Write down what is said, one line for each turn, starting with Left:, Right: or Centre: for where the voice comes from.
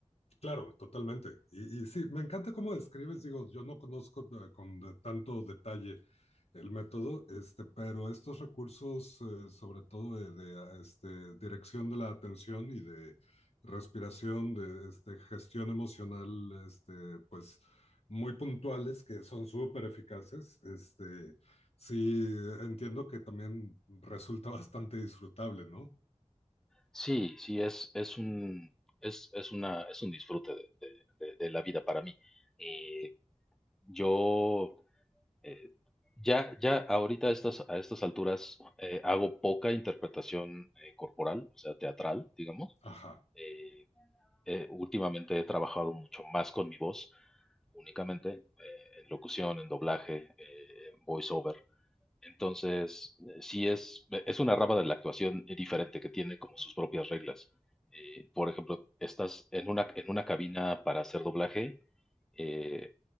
Left: Claro, totalmente. Y, y sí, me encanta cómo describes, digo, yo no conozco eh, con de- tanto detalle el método, este, pero estos recursos, eh, sobre todo de, de, ah, este, dirección de la atención y de respiración, de este, gestión emocional, este, pues muy puntuales, que son súper eficaces, este, sí, entiendo que también resulta <laughs> bastante disfrutable, ¿no?
Centre: Sí, sí, es, es un, es, es una, es un disfrute de, de- de- de la vida para mí. Eh, yo eh, ya, ya ahorita a estas, a estas alturas eh, hago poca interpretación eh, corporal, o sea, teatral, digamos.
Left: Ajá,
Centre: Eh, eh, últimamente he trabajado mucho más con mi voz, únicamente, eh, en locución, en doblaje, eh, voice over. Entonces, eh, sí es, eh, es una rama de la actuación diferente que tiene como sus propias reglas. Eh, por ejemplo, estás en una, en una cabina para hacer doblaje, eh,